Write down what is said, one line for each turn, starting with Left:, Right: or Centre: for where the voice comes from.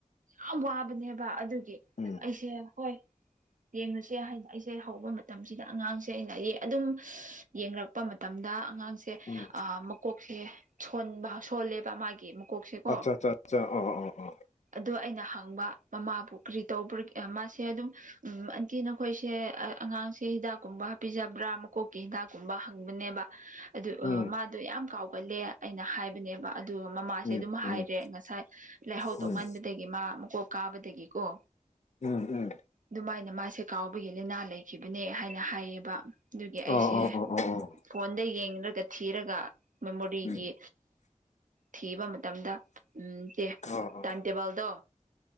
Right: ꯌꯥꯝ ꯋꯥꯕꯅꯦꯕ ꯑꯗꯨꯒꯤ
Left: ꯎꯝ
Right: ꯑꯩꯁꯦ ꯍꯣꯏ ꯌꯦꯡꯅꯨꯁꯦ ꯍꯥꯏꯅ ꯑꯩꯁꯦ ꯍꯧꯕ ꯃꯇꯝꯁꯤꯗ ꯑꯉꯥꯡꯁꯦ ꯑꯩꯅ ꯑꯗꯨꯝ ꯌꯦꯡꯔꯛꯄ ꯃꯇꯝ ꯗ ꯑꯉꯥꯡꯁꯦ
Left: ꯎꯝ
Right: ꯃꯀꯣꯛꯁꯦꯣꯟꯕ ꯁꯣꯜꯂꯦꯕ ꯃꯥꯒꯤ ꯃꯀꯣꯛꯁꯦꯀꯣ
Left: ꯑꯆꯥ ꯑꯆꯥ ꯑꯆꯥ ꯑ ꯑ ꯑ
Right: ꯑꯗꯣ ꯑꯩꯅ ꯍꯪꯕ ꯃꯃꯥꯕꯨ ꯀꯔꯤ ꯇꯧꯕ ꯃꯥꯁꯦ ꯑꯗꯨꯝ ꯎ ꯑꯟꯇꯤ ꯅꯈꯣꯏꯁꯦ ꯑꯉꯥꯡꯁꯦ ꯍꯤꯗꯥꯛꯀꯨꯝꯕ ꯍꯥꯞꯄꯤꯤꯖꯕ꯭ꯔꯥ ꯃꯀꯣꯛꯀꯤ ꯍꯤꯗꯥꯛꯀꯨꯝꯕ ꯍꯪꯕꯅꯦꯕ ꯑꯗꯨ
Left: ꯎꯝ
Right: ꯃꯥꯗꯣ ꯌꯥꯝ ꯀꯥꯎꯒꯠꯂꯦ ꯑꯩꯅ ꯍꯥꯏꯕꯅꯦꯕ ꯑꯗꯨ ꯃꯃꯥꯁꯦ
Left: ꯎꯝ
Right: ꯑꯗꯨꯝ ꯍꯥꯏꯔꯦ
Left: ꯎꯝ
Right: ꯉꯁꯥꯏ ꯂꯥꯏꯍꯧ ꯇꯧꯍꯟꯕ
Left: ꯎꯝ
Right: ꯗꯗꯒꯤ ꯃꯥ ꯃꯀꯣꯛ ꯀꯥꯕꯗꯒꯤꯀꯣ
Left: ꯎꯝ ꯎꯝ
Right: ꯑꯗꯨꯃꯥꯏꯅ ꯃꯥꯁꯦ ꯀꯥꯎꯕꯒꯤ ꯂꯥꯏꯅꯥ ꯂꯩꯈꯤꯕꯅꯦ ꯍꯥꯏꯅ ꯍꯥꯏꯌꯦꯕ ꯑꯗꯨꯒꯤ ꯑꯩꯁꯦ
Left: ꯑꯥ ꯑꯥ ꯑꯥ ꯑꯥ ꯑꯥ
Right: ꯐꯣꯟꯗ ꯌꯦꯡꯂꯡꯔꯒ ꯊꯤꯔꯒ ꯃꯦꯃꯣꯔꯤꯒꯤ
Left: ꯎꯝ
Right: ꯊꯤꯕ ꯃꯇꯝꯗ ꯎꯝ ꯆꯦ
Left: ꯑꯥ ꯑꯥ
Right: ꯇꯥꯏꯝ ꯇꯦꯕꯜꯗꯣ